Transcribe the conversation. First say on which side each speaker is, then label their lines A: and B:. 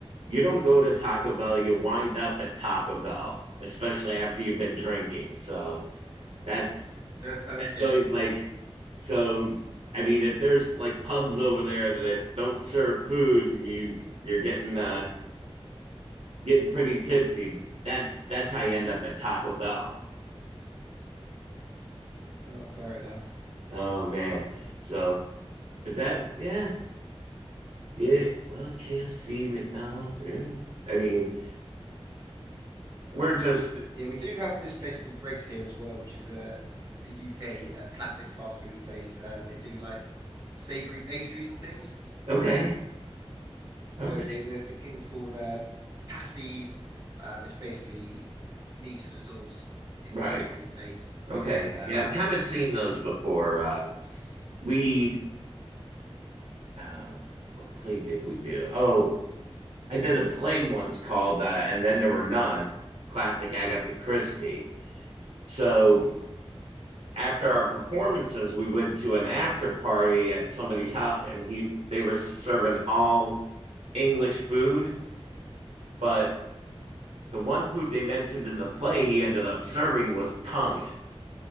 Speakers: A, on the right; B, on the right.
A: you don't go to Taco Bell, you wind up at Taco Bell, especially after you've been drinking. So that's
B: <laughs> Okay.
A: So he's like, so I mean, if there's like pubs over there that don't serve food and you you're getting uh getting pretty tipsy, that's that's how you end up at Taco Bell.
B: Oh, fair enough.
A: Oh man. So but that yeah, yeah. Well, KFC, McDonald's, eh, I mean, we're just
B: Yeah, we do have this place called Greg's here as well, which is a, a UK uh, classic fast food place, and they do like savory pastries and things.
A: okay. Okay.
B: So yeah, the th- thing is called uh, pasties. Um, it's basically meat in a sauce in
A: Right.
B: pastry and baked,
A: Okay.
B: um,
A: Yeah, I've kind of seen those before. Uh we uh what play did we do? Oh, I did a play once called uh, And Then There Were None, classic Agatha Christie. So after our performances, we went to an after party at somebody's house and he they were serving all English food, but the one food they mentioned in the play he ended up serving was tongue.